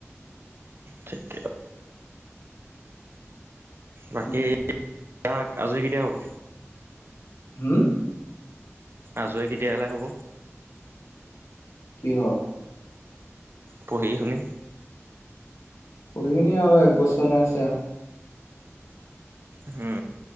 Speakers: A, on the right; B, on the left.
A: ঠিকে বাকী
B: উম
A: তাত আজৰি কেতিয়া হ'ব?
B: হম
A: আজৰি কেতিয়ালে হ'ব?
B: কিহ?
A: পঢ়ি শুনি
B: পঢ়ি শুনি আৰু এক বছৰ আছে।
A: উ।